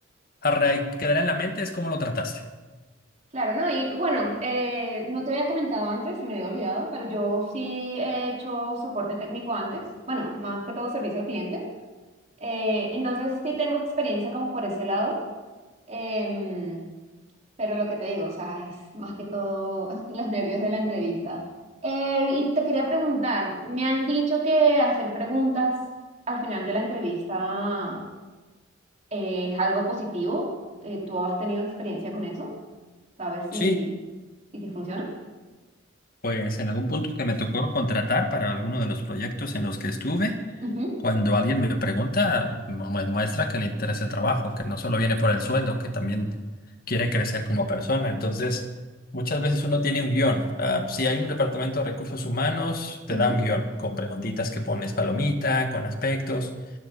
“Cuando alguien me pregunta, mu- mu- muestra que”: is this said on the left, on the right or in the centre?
Left